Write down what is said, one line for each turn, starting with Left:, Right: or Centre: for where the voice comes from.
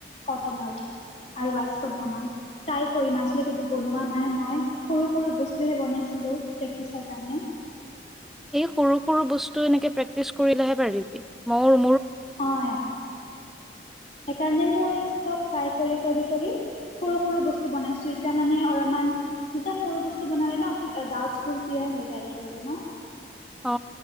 Left: কটনৰ আৰু বাস্কট বনাম ট্ৰাই কৰিম আজতে কিন্তু বনোৱা নাই মই সৰু সৰু বস্তুহে বনাইছিলো প্ৰেক্টিচৰ কাৰণে
Centre: এই সৰু সৰু বস্তু এনেকে প্ৰেক্টিচ কৰিলেহে পাৰিবি মই
Left: অ সেইকাৰণে মই চব ফ্ৰাই কৰি কৰি কৰি সৰু সৰু বস্তু বনাইছো এতিয়া মানে অলপমান যেতিয়া সৰু বস্তু বনালে ন ডাউট বোৰ ক্লিয়াৰ হৈ যায় একেলগে ন
Centre: অ